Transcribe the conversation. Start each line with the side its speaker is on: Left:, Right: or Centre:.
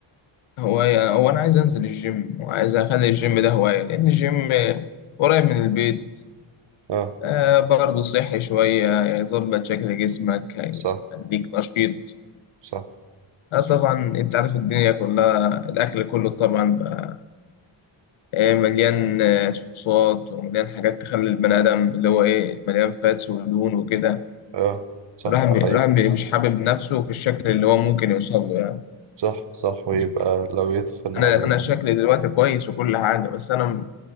Left: هواية هو أنا عايز أنزل الجيم وعايز أخلي الجيم ده هواية لأن الجيم قريب من البيت
Right: آه
Left: آه برضه صحي شوية يظبط شكل جسمك هيخليك
Right: صح
Left: نشيط
Right: صح
Left: آه طبعا أنت عارف الدنيا كلها الأكل كله طبعا بقى آه مليان آه، صوصات ومليان حاجات تخلي البني آدم اللي هو إيه مليان فاتس ودهون وكده
Right: اه صح
Left: الواحد بي-
Right: ده حقيقي
Left: الواحد بي- مش حابب نفسه في الشكل اللي هو ممكن يوصل له يعني
Right: صح صح ويبقى
Left: يعني
Right: لو يتخن او
Left: أنا
Right: يبقى
Left: أنا شكلي دلوقتي كويس وكل حاجة بس أنا